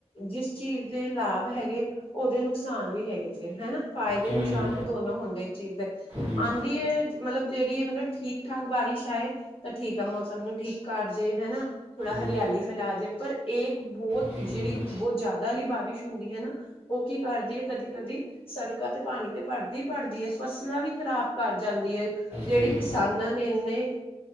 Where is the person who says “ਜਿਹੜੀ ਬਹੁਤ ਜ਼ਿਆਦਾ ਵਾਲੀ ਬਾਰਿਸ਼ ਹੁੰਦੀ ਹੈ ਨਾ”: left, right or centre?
Left